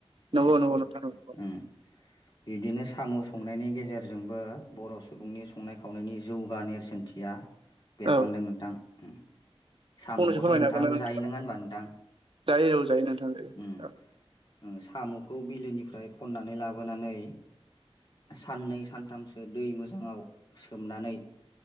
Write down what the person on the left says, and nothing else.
उम
उम बिदिनो साम' संनायनि गेजेर जोंबो बर' सुबुंनि संनाय खावनायनि जौगा नेरसोनथिया बेरखांदों
नोंथां उम साम'खौथ'
नोंथांङाबो
जायो नंङा ओनबा नोंथां
उम उम साम'खौ बिलोनिफ्राय खननानै लाबोनानै। साननै सानथामसो दै मोजांङाव सोमनानै